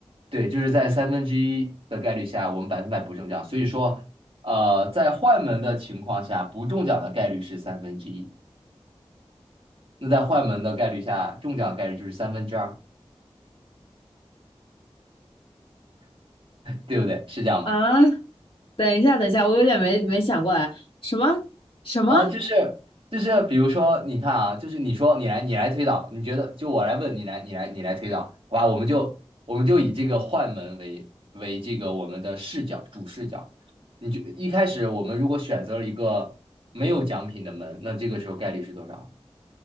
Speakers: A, on the right; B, on the left.
A: 对，就是在三分之一的概率下，我们百分百不中奖。所以说，呃，在换门的情况下，不中奖的概率是三分之一，那在换门的概率下，中奖的概率就是三分之二，对不对？是这样吗？
B: 啊，等一下，等一下，我有点没没想过来，什么什么，
A: 啊，就是就是，比如说，你看啊，就是你说你来你来推导，你觉得就我来问你来你来你来推导，好吧？我们就我们就以这个换门为为这个我们的视角主视角。你就一开始我们如果选择了一个没有奖品的门，那这个时候概率是多少？